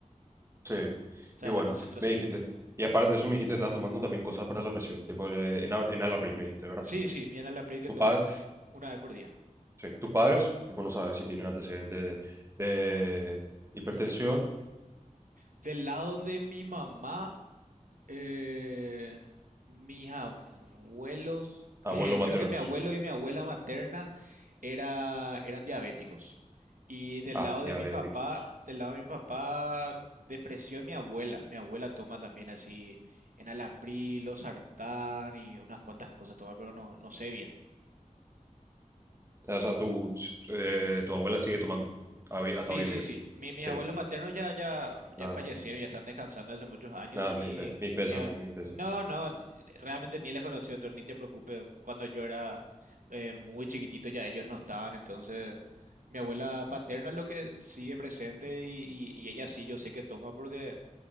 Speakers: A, on the right; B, on the right.
A: Sí.
B: sea,
A: Y bueno,
B: la concentración.
A: me dijiste. Y aparte de eso, me dijiste, estás tomando también cosas para la presión, tipo eh, en, al- en Alapril, me dijiste, ¿verdad?
B: Sí, sí, miel a la April que
A: Tu
B: tomo
A: padre,
B: una vez por día.
A: sí, tus padres, tipo, no sabes si tienen antecedentes de, de hipertensión,
B: Del lado de mi mamá, Eh, mis abuelos,
A: abuelos
B: <laughs>
A: maternos.
B: creo que mi abuelo y mi abuela materna era, eran diabéticos. Y del
A: Ah,
B: lado de
A: diabéticos.
B: mi papá, del lado de mi papá, depresión mi abuela. Mi abuela toma también así enalapril, losartán y unas cuantas cosas toma, pero no, no sé bien.
A: O sea, tu, eh, tu abuela sigue tomando a hoy- hasta
B: Sí,
A: hoy
B: sí,
A: en día.
B: sí. Mi- mis
A: Sí.
B: abuelos maternos ya, ya, ya
A: Ah,
B: fallecieron, ya están descansando hace muchos años.
A: nada,
B: Mi,
A: mis, pe- mis pesos,
B: mi a-
A: mis pesos.
B: no, no, realmente ni les conocí otro, ni te preocupes. Cuando yo era eh, muy chiquitito ya ellos no estaban, entonces mi abuela paterna es lo que sigue presente y, y- y ella sí, yo sé que toma porque